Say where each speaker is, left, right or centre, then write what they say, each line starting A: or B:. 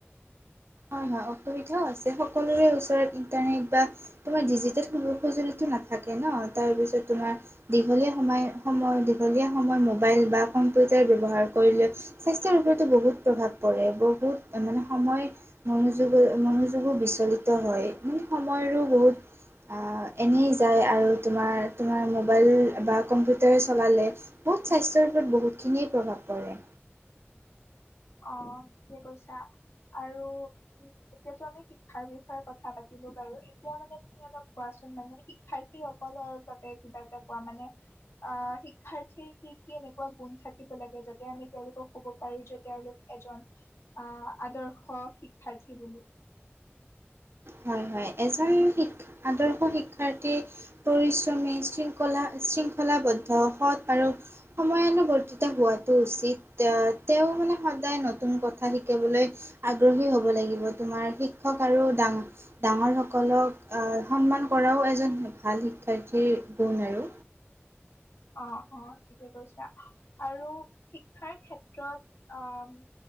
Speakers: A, on the left (about 65°); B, on the right (about 65°).
A: <unintelligible>
B: হয়-হয় অসুবিধাও আছে, সকলোৰে ওচৰত ইন্টাৰনেট বা তোমাৰ ডিজিটেল সু-সজুলি নাথাকে ন' তাৰপিছত তোমাৰ দীঘলে সময় সময় দীঘ দীঘলীয়া সময় মোবাইল বা কম্পিউটাৰ ব্যৱহাৰ কৰিলে স্বাস্থ্যৰ ওপৰতো বহুত প্ৰভাৱ পৰে বহুত বহুত মানে সময়। মনোযোগৰ মনোযোগো বিচলিত হয়, মানে সময়ৰো বহুত এনেই যায় আৰু তোমাৰ, তোমাৰ মোবাইল বা কম্পিউটাৰ চলালে। বহুত স্বাস্থ্যৰ ওপৰত বহুতখিনিয়ে প্ৰভাৱ পৰে।
A: অ, ঠিকে কৈছা। আৰু উ এতিয়াতো আমি শিক্ষাৰ বিষয়ে কথা পাতিব পাৰো, এতিয়া মানে তুমি অলপ কোৱা মানে শিক্ষাৰ্থীসকলৰ বাবে কিবা এটা কোৱা মানে অ' শিক্ষাৰ্থী কি-কি এনেকুৱা গুণ থাকিব লাগে যাতে আমি তেওঁলোকক ক'ব পাৰো য'ত তেওঁলোক এজন আহ আদৰ্শ শিক্ষাৰ্থী বুলি
B: হয়-হয় এজন শি আদৰ্শ শিক্ষাৰ্থীৰ পৰিশ্ৰমী শৃংখলা শৃংখলাবদ্ধ, সৎ আৰু সময়ানুবৰ্তিত হোৱাটো উচিত তেওঁ মানে সদায় নতুন কথা শিকাবলৈ আগ্ৰহী হ'ব লাগিব তোমাৰ শি শিক্ষক আৰু দাং ডাঙৰ সকলক আহ সন্মান কৰাও এজন ভাল শিক্ষাৰ্থীৰ গুণ আৰু
A: <inaudible> অ', -অ' ঠিকে কৈছা আৰু শিক্ষাৰ ক্ষেত্ৰত আহ